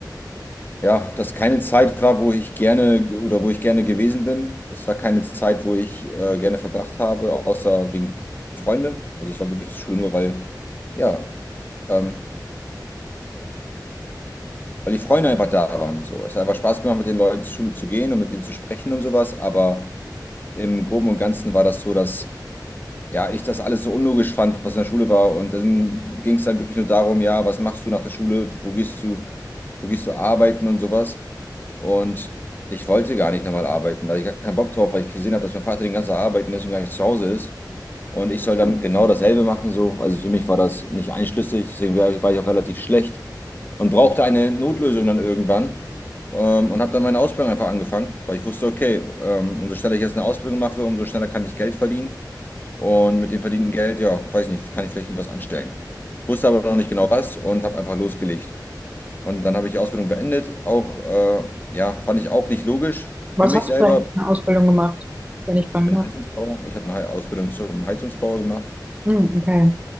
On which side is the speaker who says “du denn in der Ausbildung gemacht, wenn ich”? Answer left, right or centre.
Right